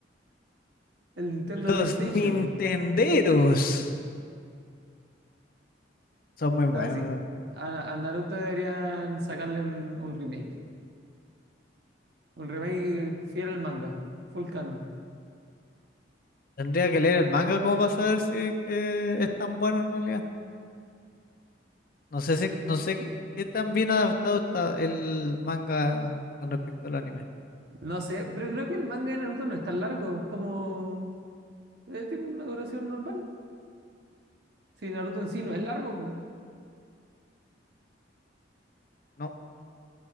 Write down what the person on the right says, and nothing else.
El Nintendo
PlayStation.
Ah, sí. A, a Naruto deberían sacarle un, un remake. Un remake fiel al manga. Full canon.
Mm.
No sé, pero creo que el manga de Naruto no es tan largo. es Como. eh, tiene una duración normal. Si Naruto en sí no es largo,